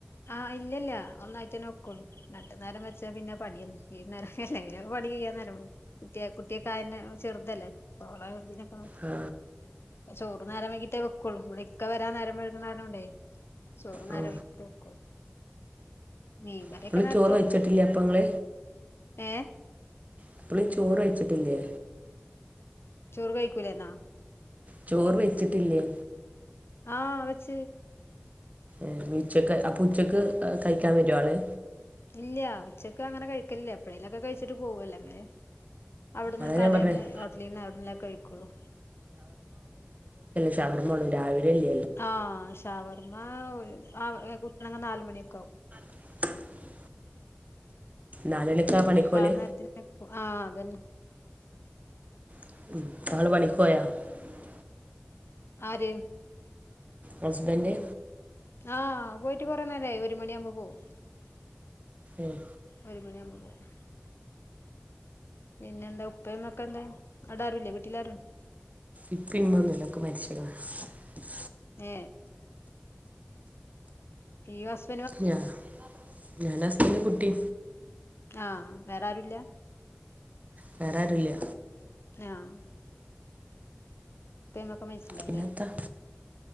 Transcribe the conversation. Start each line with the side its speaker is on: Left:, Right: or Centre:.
Left: ആ ഇല്ലല്ല ഒന്നായിട്ടേവെക്കോളൂ <unintelligible> നേരം പക്ഷെ പിന്നെ പണിയന്നെ ഏത് നേരം എല്ലെങ്കിലുംക്ക പടി ചെയ്യാൻ കുട്ടിയ കുട്ടിയക്കായെ ചെറുതല്ലേ <unintelligible>
Right: ആ
Left: ചോറ് നേരം വൈകിട്ടേ വെക്കുള്ളൂ ഇവിടെ ഇക്ക വരാൻ നേരം വഴക്കണാരോണ്ടേ ചോറ്നര
Right: ആ
Left: വീട്ടക്കോ മീൻ കറിയൊക്കെ
Right: ഇപ്പോഴും
Left: നേരത്തെ
Right: ചോറ്
Left: വെക്കും
Right: വെച്ചിട്ടില്ലേ അപ്പം നിങ്ങൾ
Left: ഏ
Right: അപ്പള ചോറ് വെച്ചിട്ടില്ലേ
Left: ചോറ് കഴിക്കൂല എന്നാ
Right: ചോറ് വെച്ചിട്ടില്ലേ
Left: ആഹ് വച്ചു
Right: ഏ പീച്ചക്ക് ആപ്പുച്ചക്ക് കഴിക്കാൻ വരു ആള്
Left: ഇല്ല ഉച്ചക്ക് അങ്ങനെ കഴിക്കലില്ല എപ്പഴേലുംക്കെ കഴിച്ചിട്ട് പോവല്ലോ അങ്ങനെ അവിടുന്ന്
Right: അതാ
Left: കടയിൽന്ന്
Right: ഞാൻ പറഞ്ഞത്
Left: ഹോട്ടലിൽന്ന് അവിടന്നേക്ക കഴിക്കുള്ളു
Right: <unintelligible> രാവിലെല്ല
Left: ആഹ് ശവർമ്മ ആ കുട്ടണങ്ങ നാലുമണിയൊക്കെ ആകും
Right: <unintelligible> നാല് മണിക്കാ പണിക്കോല്
Left: അപ്പൊ ആ നേരത്തിന് ആഹ് അതന്നെ
Right: <unintelligible>
Left: ആര്
Right: ഹസ്ബൻ്റ്റ്
Left: ആഹ് പോയിട്ട് കൊറേ നേരായി ഒരു മണിവുമ്പോ പോകും
Right: ഉം
Left: ഒരു മണിയാവുമ്പൊപോകും പിന്നെ എന്താ ഉപ്പേമൊക്കെ എന്താ അട അരുവില്ലേ വീട്ടിൽ അരൂ
Right: ഇപ്പ ഇന്നൊന്നുമല്ലക്കെ <unintelligible>
Left: ഏ <unintelligible>
Right: <unintelligible> കുട്ടി
Left: ആഹ് വേറെ ആരുല്ല
Right: വേറെ ആരുംല്ല
Left: ആഹ് പ്പേം മ്മേക്കെ മരിച്ചിട്ണ്ടാവില്ലേ
Right: പിന്നെത്താ